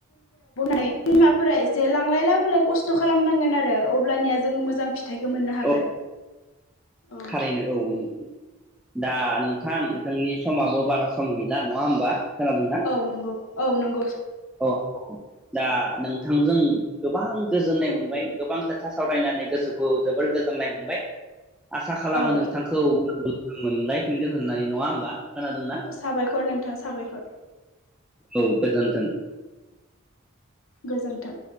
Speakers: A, on the left; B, in the centre.
A: <unintelligible> बिमाफोरा एसे जे लांलाय लाबोलाय खस्थ' खालामनांगोन आरो अब्लानिया जोङो मोजां‌ फिथ थाइखौ मोननो हागोन।
B: औ
A: औ
B: थारैनो औ <unintelligible> दा नोंथा थां जोंनि समाबो बारा सम गैला नङा होमबा? खोनादोंना
A: औ नंगौ। औ नंगौ स
B: अ ह दा नोंथांजों गोबां गोजोननाय मोनबाय गोबां खोथा सावरायनानै गोसोखौ जोबोर गोजोननाय मोनबाय। आसा खालामो
A: औ
B: नोंथांखौ उनावबो मोनलायफिनगोन होननानै नङा होमबा? खोनादोंना
A: साबायखर नोंथां साबायखर।
B: औ गोजोन्थों।
A: गोजोन्थों।